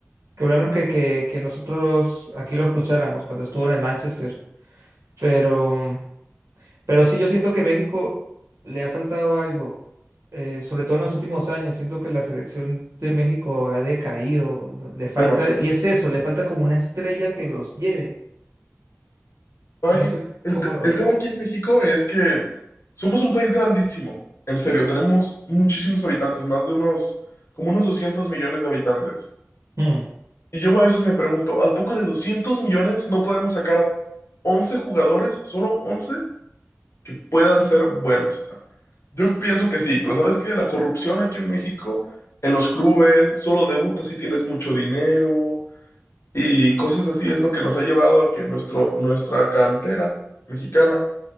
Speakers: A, on the right; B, on the left.
A: por lo menos que, que, que nosotros aquí lo escucháramos cuando estuvo en el Manchester. Pero. Pero sí, yo siento que México le ha faltado algo, eh, sobre todo en los últimos años. Siento que la selección de México ha decaído, no- le falta,
B: demasiado.
A: y es eso, le falta como una estrella que los lleve.
B: Ahí,
A: No sé
B: el,
A: cómo
B: te-
A: lo ves.
B: el tema aquí en México es que somos un país grandísimo, en serio, tenemos muchísimos habitantes, más de unos, como unos 200 millones de habitantes.
A: Mm.
B: Y yo a veces me pregunto, ¿a poco de 200 millones no podemos sacar 11 jugadores, solo 11 que puedan ser buenos? O sea, yo pienso que sí, pero ¿sabes qué? La corrupción aquí en México, en los clubes, solo debutas si tienes mucho dinero Y cosas así es lo que nos ha llevado a que nuestro, nuestra cantera mexicana,